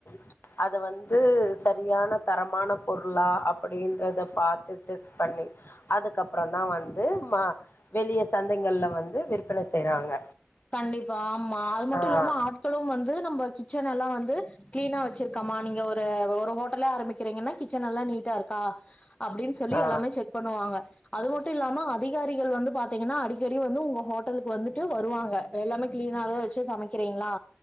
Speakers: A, on the left; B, on the left.
A: ப்ச் அத வந்து சரியான தரமான பொருளா அப்பிடின்றத பாத்துட்டு டெஸ் பண்ணி அதுக்கப்பறந்தா வந்து வெளிய சந்தைங்கள்ல வந்து விற்பனை செய்றாங்க
B: கண்டிப்பா ஆமா அது மட்டு
A: ஆ
B: இல்லாம ஆட்களு வந்து நம்ம கிச்சன எல்லா வந்து க்ளீனா வெச்சிர்கமா நீங்க ஒரு ல ஒரு ஹோட்டலா ஆரம்பிக் ரிங்கனா கிச்சனெல்ல நீட்டா இருக்கா அப்டின்னு சொல்லி
A: ஆ
B: எல்லாமே செக் பண்ணுவாங்க அது மட்டு இல்லாம அதிகாரிகள் வந்து பாத்திங்கனா அடிக்கடி வந்து உங்க ஹோட்டலுக்கு வந்துட்டு வருவாங்க லாமே க்ளீனாத வச்சு சமைக் க்றீங்ளா